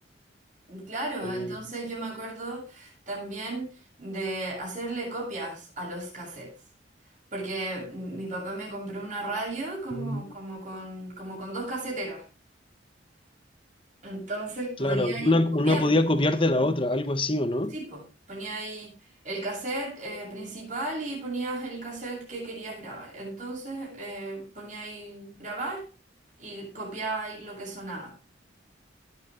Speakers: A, on the right; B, on the left.
A: Claro,
B: Eh,
A: entonces yo me acuerdo también de hacerle copias a los cassettes. Porque mi papá me compró una radio como,
B: mm,
A: como con, como con dos caseteras. Entonces podía
B: claro, y
A: ir
B: una,
A: copiarlo.
B: una podía copiar de la otra, algo así, ¿o no?
A: Sí, po. Ponía ahí el cassette eh, principal y ponías el cassette que querías grabar. Entonces eh, ponía ahí grabar y copiaba ahí lo que sonaba.